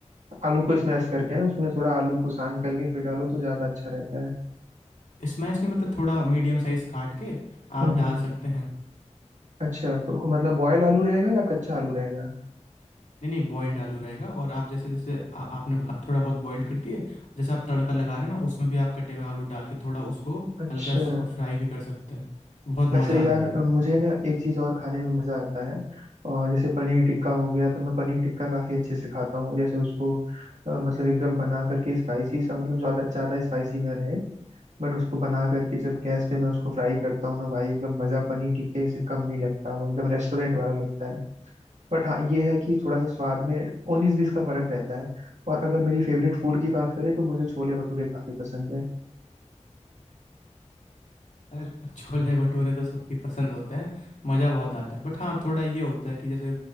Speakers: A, on the right; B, on the left.
A: आलू को स्मैश करके ना उसमें थोड़ा आलू को सान करके फिर डालो तो ज्यादा अच्छा रहता है
B: स्मैश नहीं मतलब थोड़ा मीडियम साइज काट के आप
A: हम्म
B: डाल सकते हैं
A: अच्छा तो मतलब बॉयल आलू रहेगा या कच्चा आलू रहेगा
B: नहीं नहीं बॉयल्ड आलू रहेगा और आप जैसे जैसे आ, आपने भा- थोड़ा बहुत बॉयल्ड कर दिए जैसे आप तड़का लगा रहे हैं ना उसमें भी आप कटे हुए आलू डाल के थोड़ा उसको
A: अच्छा
B: हल्का फ्राई भी कर सकते हैं बहुत
A: वैसे
B: मज़ा
A: यार
B: आ जाता है
A: मुझे ना एक चीज़ और खाने में मज़ा आता है और जैसे पनीर टिक्का हो गया तो मैं पनीर टिक्का काफ़ी अच्छे से खाता हूँ जैसे उसको अ, मतलब एकदम बना करके स्पाइसी सा मतलब ज़्यादा ज़्यादा स्पाइसी ना रहे बट उसको बना करके जब गैस पे मैं उसको फ्राई करता हूँ ना भाई एकदम मज़ा पनीर टिक्के से कम नहीं लगता वो एकदम रेस्टोरेंट वाला लगता है बट हाँ ये है कि थोड़ा सा स्वाद में उन्नीस बीस का फ़र्क रहता है और अगर मेरी फेवरेट फूड की बात करें तो मुझे छोले भटूरे काफ़ी पसंद है
B: यार छोले भटूरे तो सबकी पसंद होते हैं मज़ा बहुत आता है बट हाँ थोड़ा ये होता है कि जैसे